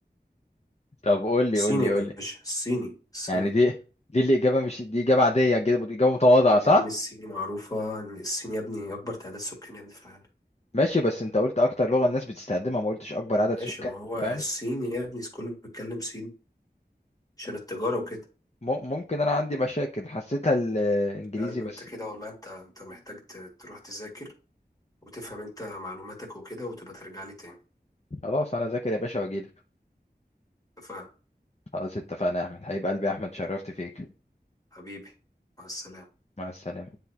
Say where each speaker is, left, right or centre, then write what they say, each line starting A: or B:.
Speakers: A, on the left (about 40°); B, on the left (about 20°).
A: طب قول لي
B: الصيني
A: قول لي
B: يا
A: قول
B: باشا
A: لي
B: الصيني الصيني
A: يعني دي دي الاجابه مش دي اجابه عاديه إجابة- اجابه متواضعه صح
B: يا ابني الصيني معروفة ان الصين يا ابني اكبر تعداد سكاني يا ابني في العالم
A: ماشي بس انت قلت اكتر لغه الناس بتستخدمها ما قلتش اكبر عدد
B: ماشي
A: سكان
B: ما هو
A: فاهم
B: الصين يا ابني كله بيتكلم صيني عشان التجارة وكده
A: م- ممكن انا عندي مشاكل حسيتها الانجليزي
B: لا إن
A: بس
B: انت كده والله انت انت محتاج ت- تروح تذاكر وتفهم انت معلوماتك وكده وتبقى ترجع لي تاني
A: خلاص انا ذاكر يا باشا واجيلك
B: اتفقنا؟
A: خلاص اتفقنا يا احمد حبيب قلبي يا احمد شرفت فيك
B: حبيبي مع السلامة
A: مع السلامة